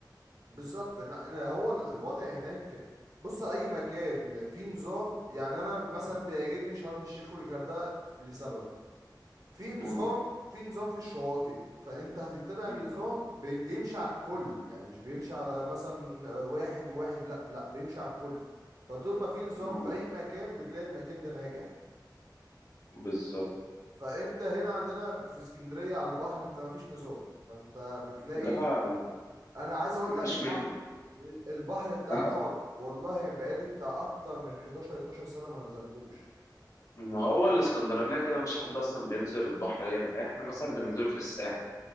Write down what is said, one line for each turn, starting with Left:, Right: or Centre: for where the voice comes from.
Right: بالظبط إن- إن هو الوضع هناك بص اي مكان فيه نظام يعني انا مثلا بيعجبني شرم الشيخ والغردقه لسبب في نظام
Left: إمم،
Right: في نظام في الشواطئ فانت هتتبع
Left: إمم،
Right: النظام بي- بيمشي على الكل يعني مش بيمشي على مثلا آه، واحد وواحد لا لا بيمشي على الكل فطول ما في نظام
Left: إمم،
Right: في اي مكان بتلاقي المكان ده ناجح
Left: بالضبط.
Right: فانت هنا عندنا في اسكندرية على البحر انت ما فيش نظام فانت بتلاقي
Left: لأ، ما
Right: انا عايز اقول
Left: ما فيش
Right: لك البحر
Left: منه.
Right: البحر بتاعنا
Left: آه،
Right: وال- والله بقالي بتاع اكتر من 11 12 سنة ما نزلتوش
Left: ما هو الإسكندرانية كده ما فيش حد أصلًا بينزل البحر هنا، إحنا مثلًا بننزله في الساحل،